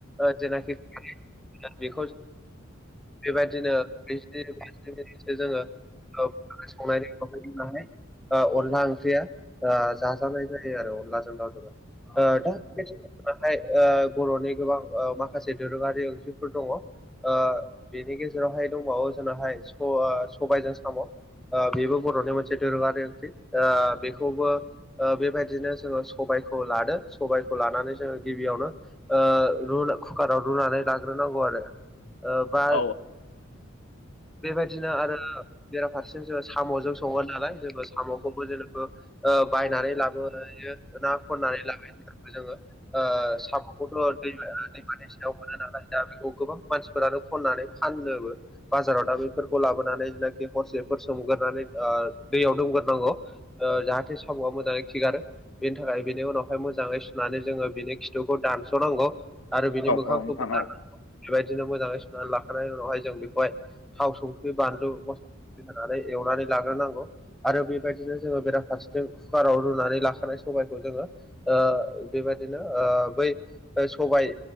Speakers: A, in the centre; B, on the left (about 80°).
A: ओ जेनाखि <unintelligible> बेखौ बेबायदिनो <unintelligible> जोङो <unintelligible> ओ अनला ओंख्रिया ओ जाजानाय जायो आरो अनलाजों दाउजों। ओ दा <unintelligible> ओ बर'नि गोबां ओ माखासे दोरोङारि ओंथिफोर दङ। ओ बेनि गेजेरावहाय दंबावो जोंनावहाय स ओ ़स'ओ सबायजों साम'। ओ बेबो बर'नि मोनसे दोरोङारि ओंख्रि ओ बेखौबो ओ बेबायदिनो जोङो सबायखौ लादों। सबायखौ लानानै जोङो गिबियावनो ओ कुकाराव रुनानै लाग्रोनांगौ आरो ओ बा
B: औ
A: बेबायदिनो आरो बेराफारसेजों जोङो साम'जों सङो नालाय जोङो साम'खौबो जेनेखो ओ बायनानै लाबोयो ना खननानै लाबोयो बेखौबो जोङो ओ साम' दै दैमा दै सायाव मोनो नालाय दा बेखौ गोबां मानसिफोरानो खननानै फाननोबो बाजाराव दा बेफोरखौ लाबोनानै जेनाखि हरसेफोर सोमगोरानै दैयाव दोमगोरोनांगौ जाहाथे साम'आ मोजाङै खिगारो बेनि थाखाय बिनि उनावहाय मोजाङै सुनानै जोङो बिनि खिथुखौ दानस'नांगौ आरो बिनि मोखांखौबोनांगौ
B: औ नोंथां औ
A: बेबायदिनो मोजाङै सुनानै लाखांनायनि उनावहाय जों बेखौहाय थाव संख्रि बानलु मस्ला होननानै एवनानै लाग्रोनांगौ आरो बेबायदिनो जोङो बेराफारसेथिं कुकाराव रुनानै लाखानाय सबायखौ जोङो ओ बेबायदिनो बै सबाय